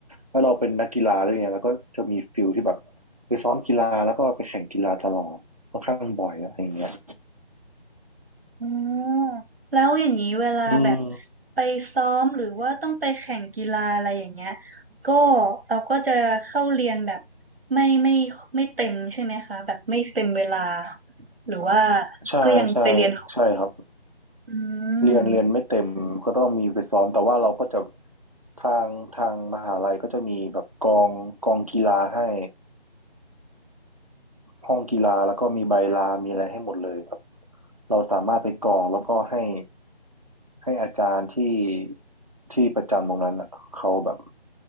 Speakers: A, on the right (about 35°); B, on the right (about 65°).
A: แล้วเราเป็นนักกีฬาด้วยไงแล้วก็จะมีฟิลที่แบบไปซ้อมกีฬาแล้วก็ไปแข่งกีฬาตลอดค่อนข้างบ่อยอะไรอย่างเงี้ย
B: อ๋อแล้วอย่างนี้เวลาแบบ
A: อืม
B: ไปซ้อมหรือว่าต้องไปแข่งกีฬาอะไรอย่างเงี้ยก็เราก็จะเข้าเรียนแบบไม่ไม่ไม่เต็มใช่ไหมคะแบบไม่เต็มเวลาหรือว่า
A: ใช่ใช่
B: ก็ยังไปเรียน
A: ใช่ครับ
B: อื
A: เรียนเรียนไม่เต็มก็ต้องมีไปซ้อมแต่ว่าเราก็จะ
B: ม
A: ทางทางมหาลัยก็จะมีแบบกองกองกีฬาให้ ห้องกีฬาแล้วก็มีใบลา มีอะไรให้หมดเลยครับเราสามารถไปกรอกแล้วก็ให้ให้อาจารย์ที่ที่ประจำตรงนั้นน่ะเขาแบบ